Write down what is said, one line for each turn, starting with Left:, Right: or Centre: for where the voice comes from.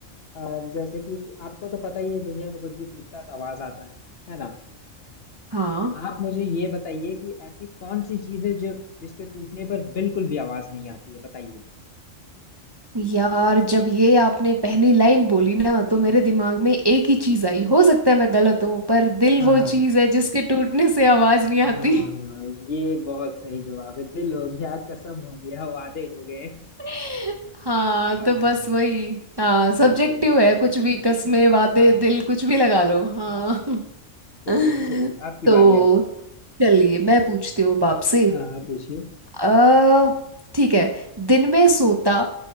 Left: अ, जैसे कि आपको तो पता ही है दुनिया में कुछ भी टूटता है तो आवाज आता है है ना
Right: हाँ
Left: आप मुझे ये बताइए कि ऐसी कौन सी चीज है जो जिसके टूटने पर बिल्कुल भी आवाज नहीं आती है बताइए
Right: यार जब ये आपने पहली लाइन बोली ना तो मेरे दिमाग में एक ही चीज आई हो सकता है मैं गलत हूँ पर दिल
Left: हाँ
Right: वो चीज है जिसके टूटने से आवाज नहीं आती
Left: हाँ ये बहुत सही जवाब है दिल हो गया कसम हो गया वादे हो गए
Right: <laughs> हाँ
Left: भावनाएं
Right: तो बस वही हाँ सब्जेक्टिव
Left: बिल्कुल
Right: है कुछ भी कस्मे वादे
Left: हाँ
Right: दिल कुछ भी लगा लो
Left: <laughs>
Right: हाँ <laughs>
Left: चलिए चलिए आपकी
Right: तो
Left: बारी आपका बारी
Right: चलिए मैं पूछती हूँ बाप से
Left: हाँ हाँ पूछिए
Right: अ ठीक है दिन में सोता